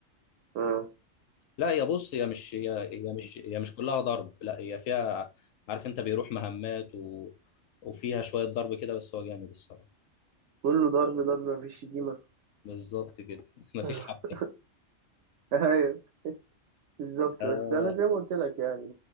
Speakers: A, on the right; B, on the left.
A: آه.
B: لا يا بص هي مش هي هي مش هي مش كلها ضرب لا هي فيها عارف انت بيروح مهمات و... وفيها شوية ضرب كده بس هو جامد الصراحة
A: كله ضرب ضرب مفيش شتيمة
B: بالظبط كده <laughs> مفيش
A: <laughs>
B: حبكة
A: أيوه بالظبط
B: آه...
A: بس أنا زي ما قلت لك يعني